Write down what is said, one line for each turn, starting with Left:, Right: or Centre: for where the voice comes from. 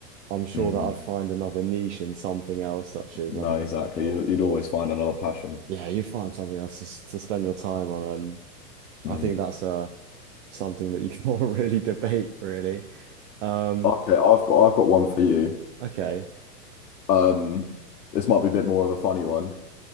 Right: I'm sure
Left: mm.
Right: that I'd find another niche in something else, such as,
Left: No,
Right: I don't
Left: exactly.
Right: know, films
Left: You'd, you'd always
Right: or
Left: find another passion.
Right: yeah, you'd find something else to, s- to spend your time on. And
Left: Mm.
Right: I think that's uh something that you <laughs> can't really debate, really. Um,
Left: Okay, I've got I've got one for you.
Right: okay.
Left: Um, this might be a bit more of a funny one,